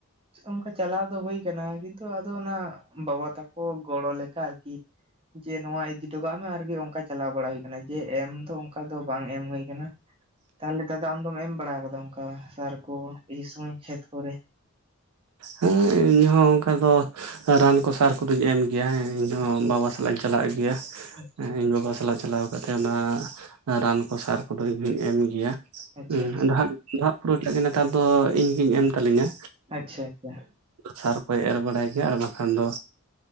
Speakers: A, on the right; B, on the right.
A: ᱚᱝᱠᱟ ᱪᱟᱞᱟᱣ ᱫᱚ ᱦᱳᱭ ᱠᱟᱱᱟ ᱠᱤᱱᱛᱩ ᱟᱫᱚ ᱚᱱᱟ ᱵᱟᱵᱟ ᱛᱟᱠᱚ ᱜᱚᱲᱚ ᱞᱮᱠᱟ ᱟᱨᱠᱤ, ᱡᱮ ᱱᱚᱶᱟ ᱤᱫᱤ ᱴᱚᱠᱟᱜ ᱢᱮ ᱟᱨᱠᱤ ᱚᱝᱠᱟ ᱪᱟᱞᱟᱣ ᱵᱟᱲᱟ ᱦᱩᱭ ᱠᱟᱱᱟ, ᱡᱮ ᱮᱢ ᱫᱚ ᱚᱝᱠᱟ ᱫᱚ ᱵᱟᱝ ᱮᱢ ᱦᱳᱭ ᱠᱟᱱᱟ᱾ ᱛᱟᱦᱚᱞᱮ ᱫᱟᱫᱟ ᱟᱢᱫᱚᱢ ᱮᱢ ᱵᱟᱲᱟ ᱠᱟᱫᱟ ᱚᱝᱠᱟ ᱥᱟᱨ ᱠᱚ ᱤᱭᱟᱹ ᱥᱚᱢᱚᱭ ᱠᱷᱮᱛ ᱠᱚᱨᱮ?
B: ᱦᱮᱸ ᱤᱧ ᱦᱚᱸ ᱚᱝᱠᱟ ᱫᱚ ᱨᱟᱱ ᱠᱚ ᱥᱟᱨ ᱠᱚᱫᱚᱧ ᱮᱢ ᱜᱮᱭᱟ ᱦᱮᱸ, ᱤᱧ
A: ᱟᱪᱪᱷᱟ
B: ᱦᱚᱸ ᱵᱟᱵᱟ ᱥᱟᱞᱟᱜ ᱤᱧ ᱪᱟᱞᱟᱜ ᱜᱮᱭᱟ
A: ᱟᱪᱪᱷᱟ
B: ᱤᱧ ᱵᱟᱵᱟ ᱥᱟᱞᱟᱜ ᱪᱟᱞᱟᱣ ᱠᱟᱛᱮᱜ ᱚᱱᱟ ᱨᱟᱱ ᱠᱚ ᱥᱟᱨ ᱠᱚᱫᱚ ᱤᱧ ᱦᱩᱧ ᱮᱢ ᱜᱮᱭᱟ
A: ᱟᱪᱪᱷᱟ
B: ᱦᱩᱸ ᱟᱫᱚ ᱦᱟᱸᱜ ᱤᱧ ᱫᱚ ᱦᱟᱸᱜ ᱯᱩᱨᱟᱹ ᱴᱟᱜ ᱜᱮ ᱱᱮᱛᱟᱨ ᱫᱚ ᱤᱧᱜᱤᱧ ᱮᱢ ᱛᱟᱞᱤᱧᱟ
A: ᱟᱪᱪᱷᱟ ᱟᱪᱪᱷᱟ ᱟᱪᱪᱷᱟ
B: ᱥᱟᱨ ᱠᱚᱭ ᱮᱨ ᱵᱟᱲᱟᱭ ᱜᱮᱭᱟ ᱟᱨ ᱵᱟᱠᱷᱟᱱ ᱫᱚ